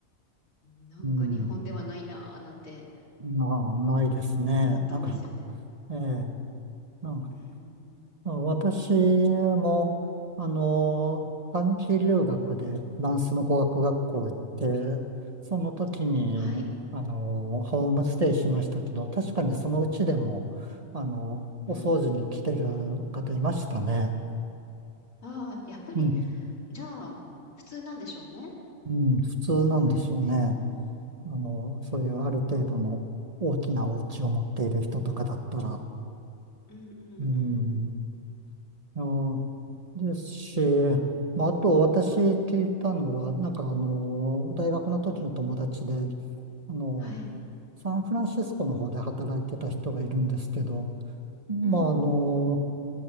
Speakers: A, on the left; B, on the right.
A: なんか日本ではないなーなんて、
B: うん、な、
A: うん
B: ないですね。
A: 思ったんですよね。
B: なかなか。ええ、なんか
A: うん
B: 私も、あの、短期留学でフランスの語学学校行って、その時に、
A: はい。
B: あの、ホームステイしましたけど、確かにそのうちでも、あの、お掃除に来てる方いましたね。
A: うん。ああ、やっぱり、
B: うん、
A: じゃあ、普通なんでしょうね。
B: うん、普通なんでしょうね。
A: そうやって。
B: あの、
A: うん。
B: そういうある程度の大きなお家を持っている人とかだったら。
A: うんうんうん。
B: うんうんですし、まあ、あと私聞いたのは、なんかあの、大学の時の友達で、あの、
A: はい。
B: サンフランシスコの方で働いてた人がいるんですけど、まああの、
A: うん。